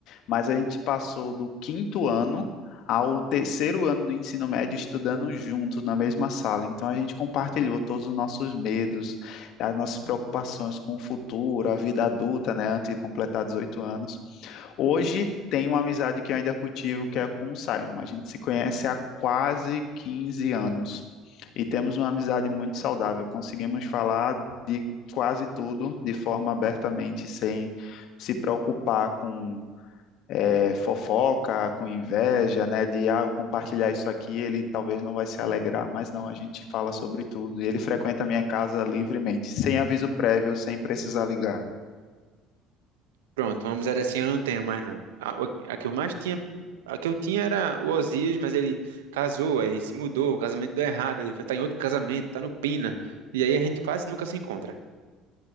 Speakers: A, on the left; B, on the right.
A: mas a gente passou do quinto ano ao terceiro ano do ensino médio estudando juntos na mesma sala. Então a gente compartilhou todos os nossos medos, as nossas preocupações com o futuro, a vida adulta, né, antes de completar 18 anos. Hoje tem uma amizade que eu ainda cultivo, que é com o Simon. A gente se conhece há quase 15 anos e temos uma amizade muito saudável. Conseguimos falar de quase tudo de forma abertamente, sem se preocupar com é, fofoca, com inveja, né? De ah, eu compartilhar isso aqui, ele talvez não vai se alegrar, mas não, a gente fala sobre tudo. E ele frequenta a minha casa livremente, sem aviso prévio, sem precisar ligar.
B: Pronto, vamos dizer assim, eu não tenho mais não. A, o- a que eu mais tinha, a que eu tinha era o Osias, mas ele casou, aí se mudou, o casamento deu errado, ele foi tá em outro casamento, tá no Pina. E aí a gente quase nunca se encontra.